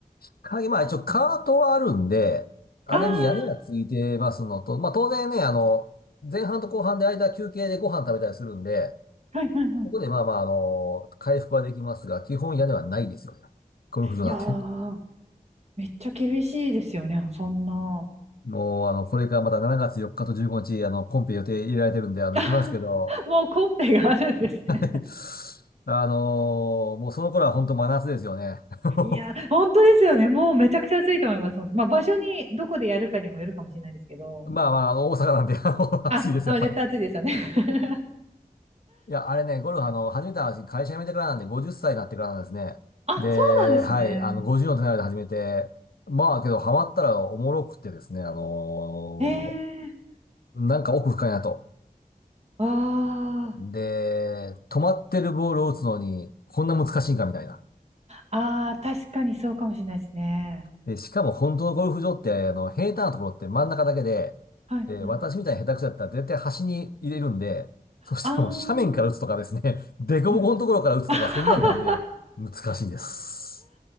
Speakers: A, on the left; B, on the right.
A: 鍵、まあ一応カートはあるんで、
B: あ
A: あれに屋根がついてますのと、
B: あ
A: まあ当然ね、あの、前半と後半で間休憩でご飯食べたりするんで、
B: ー、はいはいはい。
A: ここでまあまあ、あの、回復はできますが、基本屋根はないですよね。ゴルフ場なんて。
B: いやー、めっちゃ厳しいですよね、そんな。
A: もう、あの、これからまた7月4日と15日、あの、コンペ予定入れられてるんで、あの、
B: <laughs>
A: 行きますけど、
B: もうコンペがあるんですね
A: <laughs> あのーもうその頃は本当真夏ですよね。<laughs>
B: いや、本当ですよね。もうめちゃくちゃ暑いと思います。まあ、場所に、どこでやるかにもよるかもしれないですけど。
A: まあまあ、あの、大阪なんで、あの <laughs> 暑いです、
B: あ、あ絶対暑いですよね。
A: やっぱり。
B: <laughs>
A: いや、あれね、ゴルフ、あの、始めた話、会社辞めてからなんで、50歳になってからなんですね。
B: あ、
A: で、
B: そうなんですね。
A: はい、あの、50の手前で始めて、まあ、けど、ハマったらおもろくてですね、あのー
B: ええ
A: なんか奥深いなと。
B: あー
A: で、止まってるボールを打つのに、こんな難しいんかみたいな。
B: あー、確かにそうかもしれないですね。
A: で、しかも本当のゴルフ場って、あの、平坦なところって真ん中だけで、
B: はい、
A: で、
B: はい。
A: 私みたいに下手くそだったら絶対端に入れるんで、そしたらもう斜面から打つとかですね、
B: あー
A: <laughs> 凸凹のところから打つとか、
B: うん <laughs>
A: そんなんなんで、難しいです。